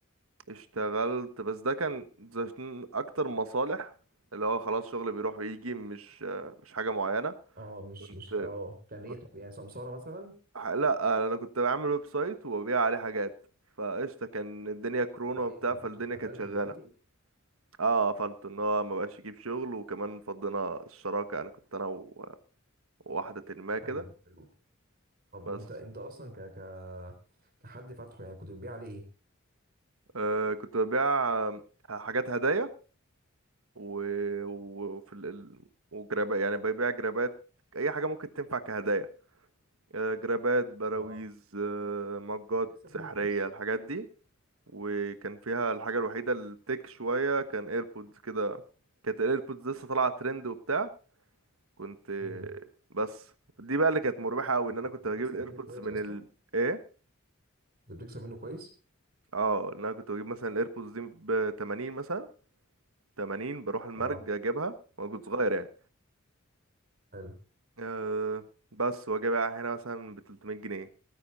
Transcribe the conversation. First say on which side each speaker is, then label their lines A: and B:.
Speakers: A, on the right (about 75°); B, on the right (about 45°).
A: اشتغلت بس ده كان عشان اكتر مصالح اللي هو خلاص شغل بيروح ويجي مش مش حاجة معينة
B: اه مش
A: كنت
B: مش اه كان ايه
A: كنت
B: طب يعني سمسارة مثلا
A: لا انا كنت بعمل ويب سايت وببيع عليه حاجات فقشطة كان الدنيا كورونا
B: طب
A: وبتاع
B: إيه، انت قفلته
A: فالدنيا
B: قفلته
A: كانت شغالة
B: دلوقتي
A: اه قفلت ان هو ما بقاش يجيب شغل وكمان فضينا الشراكة يعني كنت انا و- وواحدة ما
B: حلو
A: كده
B: حلو طب
A: بس
B: وانت انت اصلا ك ك كحد فاتحه يعني كنت بتبيع عليه ايه
A: آه كنت ببيع آه، حاجات هدايا و... وفي ال... ال- وجرابات يعني ببيع جرابات اي حاجة ممكن تنفع كهدايا آه، جرابات براويز
B: اه
A: آه، مجات
B: كنت بتكسب
A: سحرية
B: منه كويس
A: الحاجات دي وكان فيها الحاجة الوحيدة التك شوية كان ايربودز كده كانت الايربودز لسه طالعة ترند وبتاع كنت
B: امم
A: بس دي بقى اللي كانت مربحة قوي ان انا
B: كنت
A: كنت
B: بتكسب
A: بجيب الايربودز
B: منه كويس
A: من
B: اصلا
A: ال ايه
B: كنت بتكسب منه كويس
A: اه ان انا كنت بجيب مثلا الايربودز دي ب 80 مثلا 80 بروح المرج
B: اه
A: اجيبها وانا كنت صغير يعني
B: حلو
A: أه بس واجي بقى هنا مثلا ب 300 جنيه